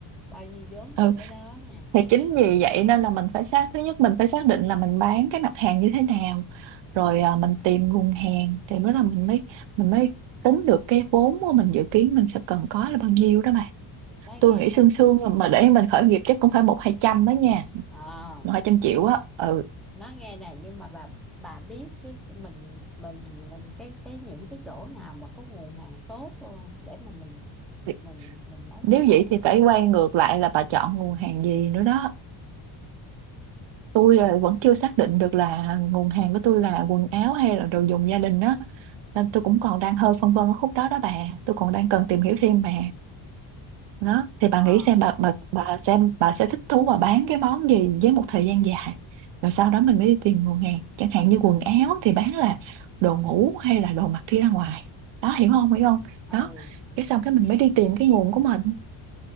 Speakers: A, in the centre; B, on the right (about 65°).
A: bao nhiêu vốn
B: ừ
A: cho cái đó nè
B: thì chính vì vậy
A: à,
B: nên là mình phải xác thứ nhất mình phải xác định là mình bán cái mặt hàng như thế nào rồi à, mình tìm nguồn hàng thì mới là mình mới mình mới tính được cái vốn của mình dự kiến mình sẽ cần có là bao nhiêu đó bà
A: nói
B: tôi
A: nghe
B: nghĩ
A: nè
B: sương sương mà để mình khởi nghiệp chắc cũng phải một hai trăm đó nha
A: Ờ,
B: một hai trăm triệu á ừ
A: nói nghe nè nhưng mà bà bà biết cái cái mình mình mình cái cái những cái chỗ nào mà có nguồn hàng tốt không để mà mình
B: Thì-
A: mình mình lấy
B: Nếu
A: mình bán
B: vậy thì
A: không
B: phải
A: ta
B: quay ngược lại là bà chọn nguồn hàng gì nữa đó. Tôi là vẫn chưa xác định được là nguồn hàng của tôi là quần áo hay là đồ dùng gia đình đó. Nên tôi cũng còn đang hơi phân vân ở khúc đó đó bà. Tôi còn đang cần tìm hiểu thêm mà. Đó, thì bà
A: ờ
B: nghĩ xem bà bà bà xem bà sẽ thích thú và bán cái món gì với một thời gian dài. Rồi sau đó mình mới đi tìm nguồn hàng. Chẳng hạn như quần áo thì bán là đồ ngủ hay là đồ mặc đi ra ngoài. Đó hiểu không? Hiểu không?
A: ừ
B: Đó. Cái xong cái mình mới đi tìm cái nguồn của mình.